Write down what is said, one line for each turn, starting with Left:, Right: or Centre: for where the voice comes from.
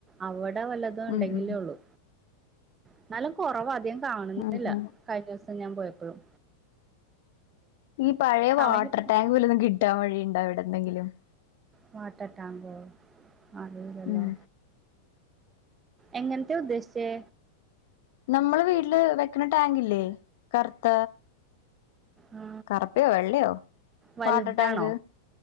Right: അവിടെ വല്ലതും ഉണ്ടെങ്കിലേ
Left: ഉം ഉം
Right: ഉളളൂ. എന്നാലും കൊറവാ അധികം കാണുന്നില്ല
Left: ഉം ഉം
Right: കഴിഞ്ഞൂവസം ഞാൻ പോയപ്പഴും.
Left: ഈ പഴേ
Right: സമയം
Left: വാട്ടർ
Right: കിട്ടി
Left: ടാങ്ക് വല്ലതും കിട്ടാൻ വഴി ഉണ്ടോ എവടെന്നെങ്കിലും-
Right: വാട്ടർ ടാങ്കോ അറിയില്ലല്ലോ.
Left: ഉം
Right: എങ്ങൻത്തെ ഉദ്ദേശിച്ചേ
Left: നമ്മള് വീട്ടില് വെക്കണേ ടാങ്കില്ലേ കറുത്ത
Right: ആ,
Left: കറുപ്പയോ വെള്ളയോ
Right: വലുതാണോ
Left: വാട്ടർ ടാങ്ക്